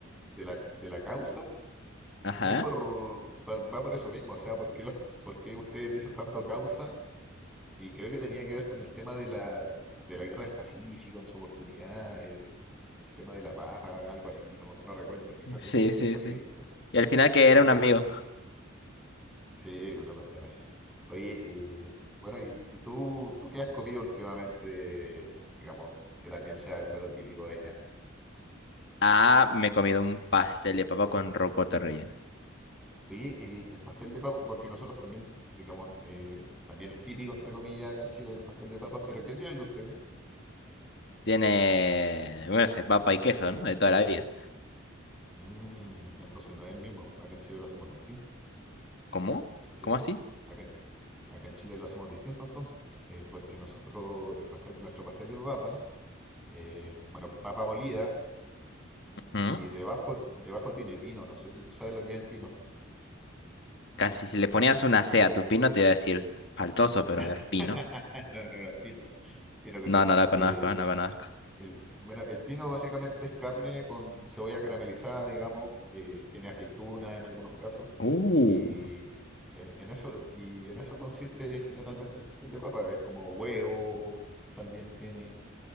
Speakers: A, in the centre; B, on the left.
A: de la, de la causa
B: Ajá.
A: y es por, pa- va por eso mismo. O sea, ¿por qué, los, por qué ustedes dicen tanto causa? Y creo que tenía que ver con el tema de la, de la guerra del Pacífico en su oportunidad, eh, el tema de la papa, algo así. No, no recuerdo porque fue hace
B: Sí,
A: mucho
B: sí,
A: tiempo
B: sí.
A: que leí esto,
B: Y al final que
A: pero
B: era
A: creo
B: un amigo.
A: Sí, una cuestión así. Oye, eh, bueno, ¿y, y tú, tú qué has comido últimamente, digamos, que también sea el plato típico de allá?
B: Ah, me he comido un pastel de papa con rocoto relleno.
A: Oye, el, el pastel de papa, porque nosotros también, digamos, eh, también es típico, entre comillas, acá en Chile el pastel de papas, pero ¿qué tiene el de ustedes?
B: Tiene, bueno, sé, papa y queso, ¿no? De toda la vida.
A: Mm, ya entonces no es el mismo, acá en Chile lo hacemos distinto,
B: ¿Cómo?
A: porque
B: ¿Cómo
A: en-
B: así?
A: acá, en- acá en Chile lo hacemos distinto entonces, eh, porque nosotros, el pastel, nuestro pastel de papa, eh, bueno, papa molida,
B: Ujú.
A: Y debajo, debajo tiene pino. No sé si tú sabes lo que es el pino.
B: Casi, si le ponías una C a tu pino, te iba a decir faltoso, pero a
A: <laughs>
B: ver, pino.
A: No, no, no es pino. Pino con
B: No,
A: N.
B: no lo conozco,
A: Eh,
B: no lo conozco.
A: el, bueno, el pino básicamente es carne con cebolla caramelizada, digamos. eh, tiene aceituna en algunos casos.
B: Uh,
A: Y en, en eso, y en eso consiste generalmente el pastel de papa. Es como huevo, también tiene.